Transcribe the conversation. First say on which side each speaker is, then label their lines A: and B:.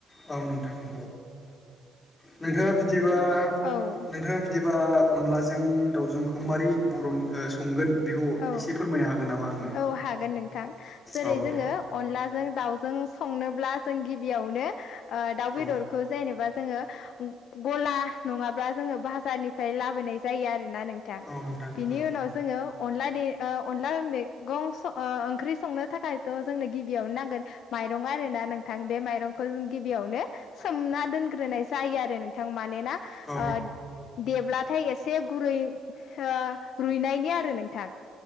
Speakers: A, on the left (about 20°); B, on the left (about 65°).
A: औ नोंथांनि <unintelligible> नोंथाङा बिदिबा
B: औ
A: नोंथाङा बिदि। बा अनलाजों दावजोंखौ मारै बर'नि संगोन? बेखौ
B: औ-औ
A: एसे फोरमायनो हागोन नामा आंनो
B: हागोन नोंथां जेरै
A: औ
B: जोङो
A: दे
B: अनलाजों दावजों। जों संनोब्ला जों गिबियावनो ओ दाव बेदरखौ
A: औ
B: जेनेबा। जोङो गला नङाब्ला जोङो बाजारनिफ्राय लाबोनाय जायो आरोना नों। बिथां
A: औ नोंथां
B: बिनि
A: औ
B: उनाव जोङो। अनला दे ओ अनला मेगं सं ओंख्रि संनो थाखायथ' जोंनो गिबियावनो नांगोन माय। माइरं आरोना नोंथां बे माइरंखौ जों गिबियावनो सोमना दोनग्रोनाय जायो आरो नोंथां। मानोना
A: औ
B: ओ। देब्लाथाय एसे गुरै ओ रुइनायनि आरो नोंथां।